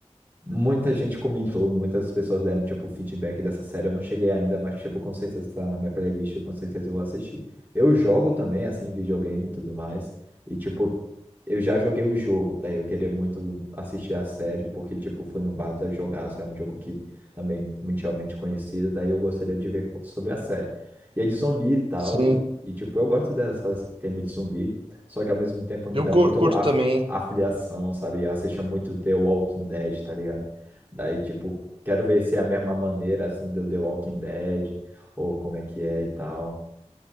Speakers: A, on the right; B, on the right.
A: Muita gente comentou, muitas pessoas deram, tipo, feedback dessa série. Eu não cheguei ainda, mas, tipo, com certeza tá na minha playlist, e com certeza eu vou assistir. Eu jogo também, assim, videogame e tudo mais. E, tipo, eu já joguei o jogo, daí eu queria muito assistir a série, porque, tipo, foi um bata jogaço, é um jogo que também mundialmente conhecido, daí eu gostaria de ver sobre a série. E é de zumbi e tal,
B: Sim.
A: e, e, tipo, eu gosto dessas temas de zumbi, só que ao mesmo tempo me
B: Eu
A: dá
B: cur-
A: muito
B: curto
A: a
B: também.
A: afiliação, sabe? Eu assistia muito The Walking Dead, tá ligado? Daí, tipo, quero ver se é a mesma maneira, assim, do The Walking Dead, ou como é que é e tal.